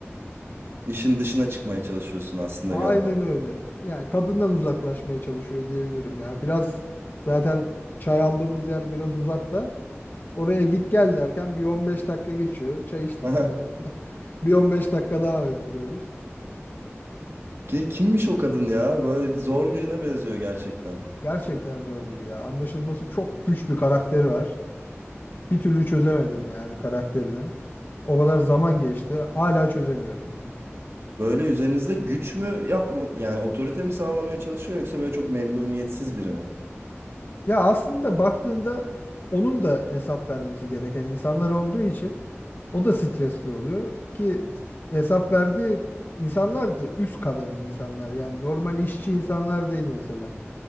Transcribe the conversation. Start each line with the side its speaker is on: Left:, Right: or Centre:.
Right: işin dışına çıkmaya çalışıyorsun
Left: <laughs>
Right: aslında
Left: Aynen
Right: galiba.
Left: öyle. Yani kadından uzaklaşmaya çalışıyor diyebilirim ya. Biraz zaten çay aldığımız yer biraz uzakta. Oraya git gel derken bir 15 dakika geçiyor. Çay içtik
Right: Aha.
Left: diyelim. <laughs> Bir 15 dakika daha öldürüyoruz.
Right: <laughs> Ki- Kimmiş o kadın ya? Böyle zor birine benziyor gerçekten.
Left: Gerçekten zor biri ya. Anlaşılması çok güç bir karakteri var. Bir türlü çözemedim yani karakterini. O kadar zaman geçti. Hala çözemiyorum ya.
Right: Böyle üzerinizde güç mü yapma yani otorite mi sağlamaya çalışıyor yoksa böyle çok memnuniyetsiz biri mi?
Left: Ya aslında baktığında onun da hesap vermesi gereken insanlar olduğu için o da stresli oluyor ki hesap verdiği insanlar da üst kademe insanlar. Yani normal işçi insanlar değil mesela.